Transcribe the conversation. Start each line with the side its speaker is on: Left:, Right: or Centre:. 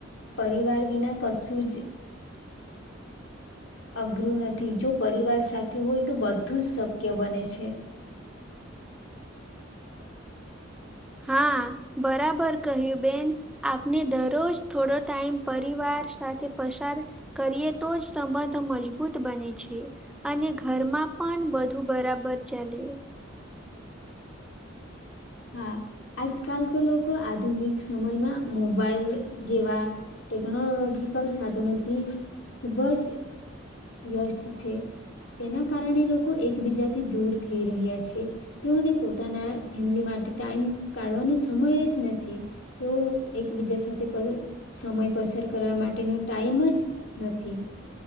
Left: પરિવાર વિના કશુંજ અઘરું નથી. જો પરિવાર સાથે હોય તો બધુંજ શક્ય બને છે.
Centre: હા, બરાબર કહ્યું બેન, આપને દરરોજ થોડો ટાઈમ પરિવાર સાથે પસાર કરીએ તો જ સંબંધ મજબૂત બને છે. છે, અને ઘરમાં પણ બધું બરાબર ચાલે.
Left: હા, આજકાલ તો લોકો આધુનિક સમય માં મોબાઈલ જેવા ટેકનોલોજીકલ સાધનોથી ખૂબજ વ્યસ્ત છે, તેના કારણે લોકો એકબીજાથી દૂર થઈ રહ્યા છે, તેઓને પોતાના ફેમિલી માટે ટાઈમ કાઢવાનો સમય જ નથી, તેવુ એકબીજા સાથે પલ સમય પસાર કરવા માટેનો ટાઈમ જ નથી.